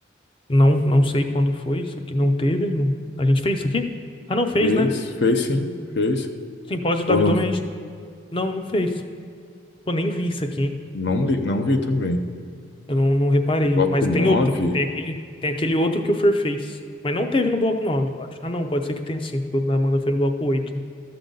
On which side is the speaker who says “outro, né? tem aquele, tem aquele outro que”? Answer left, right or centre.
Left